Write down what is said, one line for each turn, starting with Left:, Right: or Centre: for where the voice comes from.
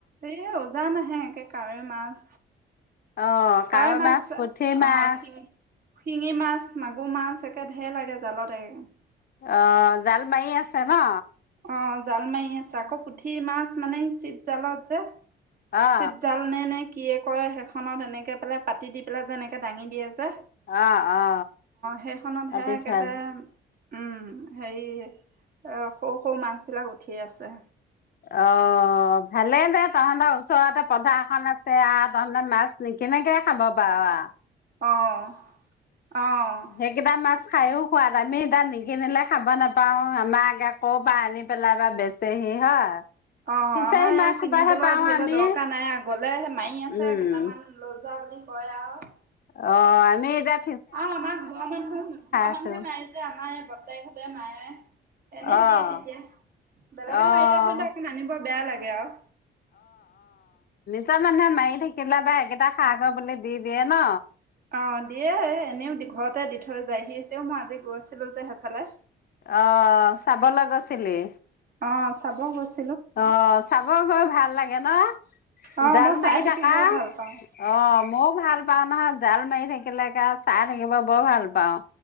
Right: এই উজান আহে এনেকে কাৱৈ মাছ
Left: অ
Right: কাৱৈ মাছ
Left: পুঠি মাছ
Right: অ শি শিঙি মাছ মাগুৰ মাছ এ ঢেৰ লাগে জালত একদম।
Left: অ' জাল মাৰি আছে ন?
Right: অ জাল মাৰি আছে আকৌ পুঠি মাছ মানে চিপ জালত যে
Left: অ
Right: চি জাল নে নে কি কিয় কয় সেইখনত এনেকে পেলাই পাতি দি পেলাই যে এনেকে দাঙি দিয়ে যে
Left: অ অ
Right: সেইখনতহে
Left: পাতি
Right: একেবাৰে
Left: থৈ
Right: উম হেৰি অ' সৰু সৰু মাছবিলাক উঠিয়ে আছে।
Left: অ' ভালেই দে তহ'তৰ ওচৰতে পথাৰ খন আছে আৰু তহ'তে মাছ নিকিনেকে খাব পাৰ আৰু।
Right: অ' অ'
Left: হেইকেতা ম মাছ খাইাওঁ সোৱাদ, আমি এতিয়া নিকিনিলে খাব নাপাওঁ। আমাৰ আগে আকৌ পৰা আনি পেলাই বা বেচেহি হয়।
Right: অ'
Left: ফিচাৰী
Right: আমাৰ ইয়া
Left: মাছ সোপাহে
Right: কিনিবলৈ
Left: পাওঁ
Right: ধৰি
Left: আমি
Right: লও দৰকাৰ নাই। গ'লে মাৰি আছে
Left: উম
Right: কেইটামান লৈ যোৱা বুলি কয় আৰু
Left: অ', আমি এটিয়া
Right: আৰু আমাৰ ঘৰৰ মানুহ, ঘৰৰ মানুহে
Left: আছো
Right: মাৰেযে আমাৰ এই বৰ্তাকহঁতে মায়ে, এনেই
Left: অ'
Right: দিয়ে তেতিয়া। বেলেগে
Left: অ'
Right: মাৰিলে ধৰিলেক অকণ আনিব বেয়া লাগে। গে আও।
Left: তা মানুহে মাৰি থাকিলে বা একেইটা খা গৈ বুলি দি দিয়ে ন।
Right: অ', দিয়ে এনেও ঘৰতে দি থৈ যায়হি, তেও মই আজি গৈ আছিলো যে সেইফালে।
Left: অ' চাবলৈ গৈছিলি?
Right: অ, চাব গৈছ
Left: অ', চাব গৈ ভাল লাগে ন?
Right: অ
Left: জাল
Right: মই চাই
Left: মাৰি
Right: থাকি
Left: থাকা।
Right: বৰ ভাল পাওঁ
Left: অ', মইও ভাল পাওঁ নহয়। জাল মাৰি থাকিলে একা চাই থাকিব বৰ ভাল পাওঁ।